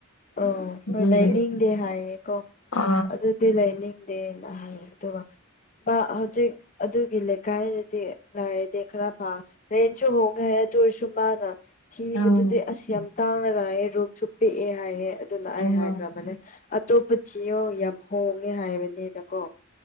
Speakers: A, on the left; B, on the left.
A: ꯑ ꯍꯣꯏ
B: ꯑꯗꯨꯒꯤ
A: ꯂꯩꯅꯤꯡꯗꯦ ꯍꯥꯏꯌꯦ ꯀꯣ
B: ꯑ
A: ꯑꯗꯨꯗꯤ ꯂꯩꯅꯤꯡꯗꯦꯅ ꯍꯥꯏ ꯑꯗꯨꯒ ꯍꯧꯖꯤꯛ ꯑꯗꯨꯒꯤ ꯂꯩꯀꯥꯏꯗꯗꯤ ꯂꯥꯏꯔꯗꯤ ꯈꯔ ꯐ ꯔꯦꯟꯁꯨ ꯍꯣꯡꯒ ꯍ ꯇꯔꯁꯨꯃꯥꯡꯉ ꯊꯤꯕꯗꯨꯗꯤ
B: ꯎꯝ
A: ꯑꯁ ꯌꯥꯝ ꯇꯥꯡꯅꯒꯌꯦ ꯔꯨꯝꯁꯨ ꯄꯤꯛꯑꯦ ꯍꯥꯏꯌꯦꯦ ꯑꯗꯨꯅ ꯑꯩ
B: ꯎꯝ
A: ꯍꯥꯏꯈ꯭ꯔꯕꯅꯦ ꯑꯇꯣꯞꯄ ꯆꯤꯌꯣ ꯌꯥꯝ ꯍꯣꯡꯉꯦ ꯍꯥꯏꯕꯅꯤꯅꯀꯣ